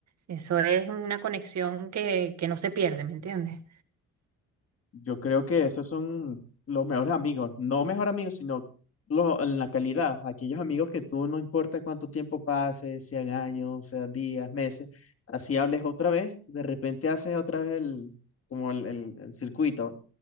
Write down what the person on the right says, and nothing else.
eso es una conexión que, que no se pierde, ¿me entiendes?